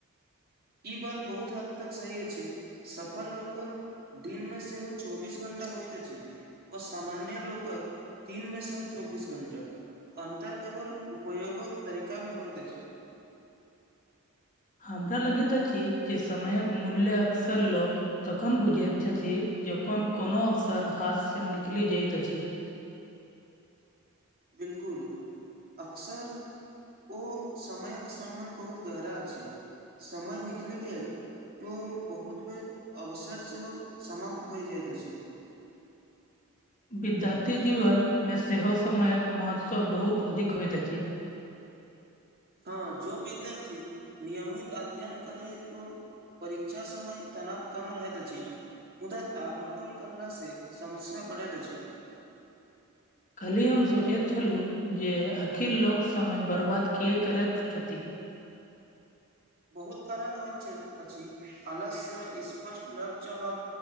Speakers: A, on the right; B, on the left.
A: ई बात बहुत हद तक सही अछि सफल लोकक दिनमे सेहो चौबीस घंटा होइत अछि ओऽ सामान्य लोकक दिनमे सेहो चौबीस घंटा अन्तर केवल उपयोगक तरीकामे होइत अछि
B: हमरा लगैत अछि जे समयक मूल्य अक्सर लोक तखन बुझैत छथि जखन कोनो अवसर हाथसँ निकलि जाइत अछि
A: बिलकुल अकसर ओ समयक सम्बन्ध बहुत गहरा अछि समय निकलि गेल तऽ बहुत बेर अवसै सेहो समाप्त भऽ जाइत अछि
B: विद्यार्थी जीवन मे सेहो समयक महत्त्व बहुत अधिक होइत अछि
A: हँ जोऽ विद्यार्थी नियमित अध्ययन करैत ओ परीक्षा समय तनाव कम रहैत अछि मुदा तालमटोल करला से समस्या बढ़ैत अछि
B: कल्हि हम सोचैत छलहुँ जे आखिर लोक समय बर्बाद किए करैत छथि
A: बहुत कारण होइत छै अछि आलस्य स्पष्ट लक्ष्य अभाव